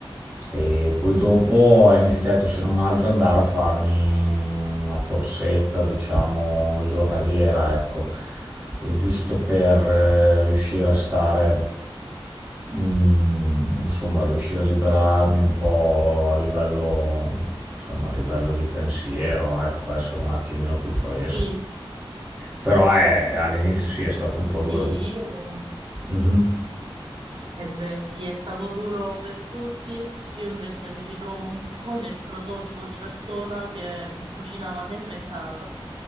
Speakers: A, on the right; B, on the right.
A: E poi dopo ho iniziato, se non altro, ad andare a farmi una corsetta, diciamo, giornaliera, ecco giusto per eh, riuscire a stare, mm, insomma, riuscire a liberarmi un po' a livello, insomma, a livello di pensiero, ecco, essere un attimino più fresco.
B: Sì,
A: Però eh, all'inizio sì, è stato un po' duro.
B: sì, io-
A: Mhm,
B: eh beh, sì, è stato duro per tutti. Io invece mi ritrovo un po' nel prototipo di persona che cucinava sempre in casa